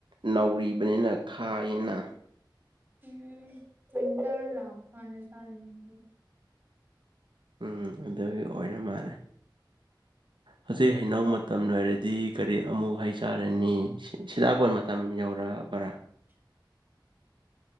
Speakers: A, on the right; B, on the right.
A: ꯅꯧꯔꯤꯕꯅꯤꯅ ꯈꯥꯏꯅ
B: ꯎꯝ ꯋꯤꯟꯇꯔ ꯂꯥꯛꯕꯀꯥꯟꯗ ꯆꯥꯗꯣꯏꯅꯦ ꯗꯣ
A: ꯎꯝ ꯑꯗꯨꯒꯤ ꯑꯣꯏꯔ ꯃꯥꯜꯂꯦ
B: <inaudible>
A: ꯍꯧꯖꯤꯛ ꯍꯩꯅꯧ ꯃꯇꯝ ꯂꯣꯏꯔꯗꯤ ꯀꯔꯤ ꯑꯃꯨꯛ ꯍꯩ ꯆꯥꯔꯅꯤ ꯁꯤ ꯁꯤꯗꯥꯄꯣꯟ ꯃꯇꯝ ꯌꯧꯔ ꯕꯔ
B: <unintelligible>